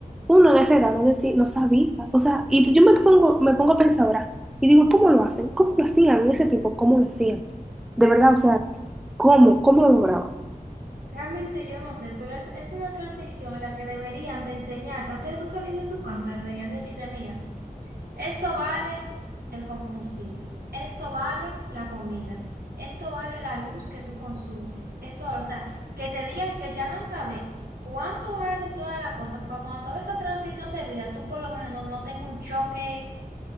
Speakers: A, in the centre; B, on the right.
A: uno de esa edad no, decía, no sabía. O sea, y tú- yo me pongo, me pongo a pensar ahora y digo, ¿cómo lo hacen? ¿Cómo lo hacían en ese tiempo? ¿Cómo lo hacían? De verdad, o sea, ¿cómo? ¿Cómo lo lograban?
B: Realmente yo no sé, pero es, es una transición en la que deberían de enseñarte, antes de tú salir de tu casa, deberían decirte, mira, esto vale el combustible, esto vale la comida, esto vale la luz que tú consumes, eso, o sea, que te digan, que te hagan saber cuánto vale toda la cosa, para cuando toda esa transición de vida, tú por lo menos no, no tengas un choque